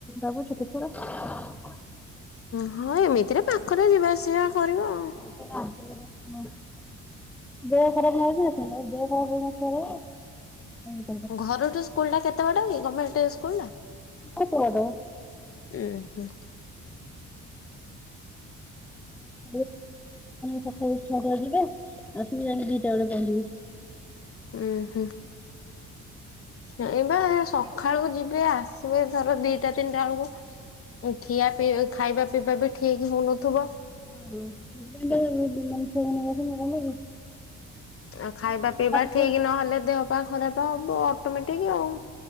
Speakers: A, in the centre; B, on the left.
A: <unintelligible> ଛୋଟ ଛୁଆ ଟା।
B: ହଁ ଏମିତିରେ ପାଖରେ ଯିବା ଆସିବା କରିବ ଆଉ।
A: କେ <unintelligible> ଦେହ ଖରାପ ନ ଦେହ ଖରାପ ହଇନଥିବ <unintelligible>
B: ଘରଠୁ ସ୍କୁଲୁଟା କେତେ ବାଟା କି ଗମେଣ୍ଟ ସ୍କୁଲୁଟା?
A: ଅଳ୍ପ ବାଟ।
B: ଉ ହୁଁ।
A: <unintelligible> ସକାଳ ଛଅଟା ଯିବେ ଆସିବି ଯାଇକି ଦିଟା ବେଳେ ପହଞ୍ଚିବି।
B: ଉହୁଁ। ହେଇ ବା ସକାଳୁ ଯିବେ ଆସିବେ ଧର ଦିଇଟା ତିନିଟା ବେଳକୁ। ଏ ଠିଆ ପିଇ ଖାଇବା ପିଇବା ବି ଠିକ୍ ହଉନଥିବ।
A: ହଁେ ଛଅ ଦିନ <unintelligible>
B: ଆଉ ଖାଇବା ପିଇବା
A: ପଢ
B: ଠିକ ନହେଲେ ଦେହ ପା ଖରାପ ହବ ଅଟୋମେଟିକ ଆଉ।